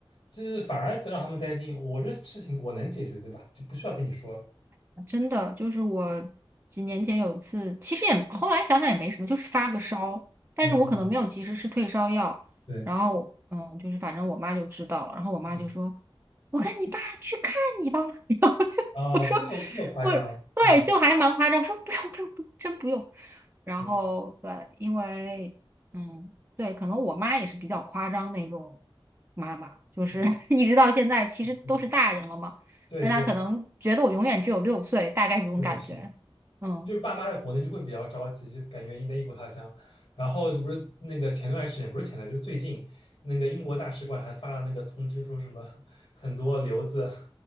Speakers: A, on the left (about 60°); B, on the right (about 25°).
A: 就是反而让他们担心，我这事情我能解决，对吧？就不需要跟你说了。
B: 真的就是我几年前有一次，其实也后来想想也没什么，就是发个烧，但是我可能没有及时吃退烧药，
A: 嗯嗯，对，
B: 然后嗯，就是反正我妈就知道了，然后我妈就说：
A: 嗯，
B: “我跟你爸去看你吧。<laughs>”然后就我说
A: 哦，这么这么夸张，
B: 我对，
A: 嗯。
B: 就还蛮夸张，我说不用不用不用，真不用。然后对，
A: 嗯
B: 因为嗯，对，可能我妈也是比较夸张那种妈妈，就是
A: 嗯，
B: <laughs> 一直到现在其实都是大人了嘛，
A: 是，对对，
B: 但她可能觉得我永远只有六岁，大概这种感觉。
A: 是的，是，
B: 嗯，
A: 就是爸妈在国内就会比较着急，就感觉你在异国他乡。然后就不是那个前段时间，不是前段，就是最近那个英国大使馆还发了那个通知，说什么很多留子